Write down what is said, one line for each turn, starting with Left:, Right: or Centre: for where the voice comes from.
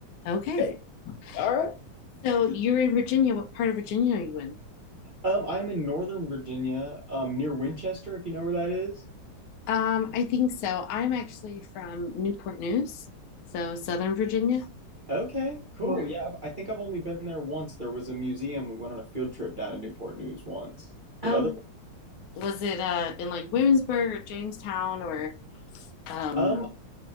Left: Okay. Okay. All right. So you're in Virginia. What part of Virginia are you in?
Right: Um, I'm in Northern Virginia, um, near Winchester, if you know where that is.
Left: Um, I think so. I'm actually from Newport News, so Southern Virginia.
Right: Okay, cool. Right. Yeah, I I think I've only been there once. There was a museum. We went on a field trip down to Newport News once. But Oh, other,
Left: Was it uh, in like Williamsburg or Jamestown or? Um,
Right: um, um,